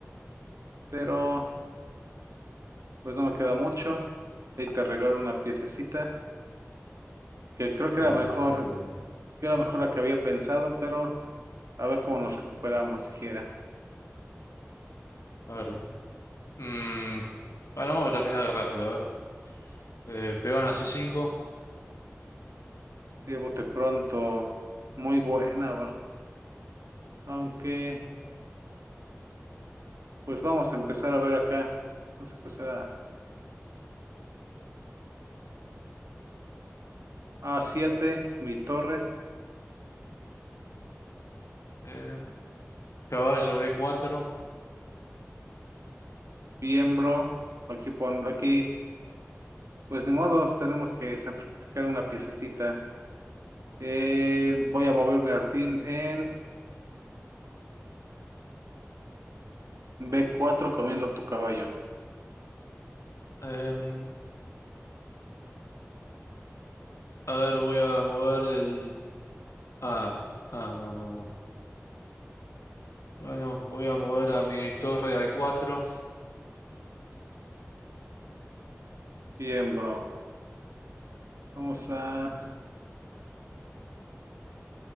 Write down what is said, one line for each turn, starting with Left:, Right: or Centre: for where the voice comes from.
Right: pero pues no me queda mucho. Ahí te regalo una piececita, que creo que
Left: Ay,
Right: era mejor,
Left: ay, ay, ay.
Right: que era mejor la que había pensado, pero a ver cómo nos recuperamos, dijera.
Left: A ver. mm, bueno, vamos a terminar de rápido. A ver. Eh, peón a C5.
Right: Llévote pronto. Muy buena, bro. Aunque, pues vamos a empezar a ver acá. Vamos a empezar a A7, mi torre.
Left: em, caballo b cuatro.
Right: Bien, bro. Aquí pon, aquí, pues de modos, tenemos que sacrificar una piececita. Eh, voy a moverme al fin en b cuatro comiendo tu caballo.
Left: em, a ver, voy a mover el. Ah, ah, no, no, no. Bueno, voy a mover a mi torre a cuatro.
Right: Bien, bro. Vamos a, vamos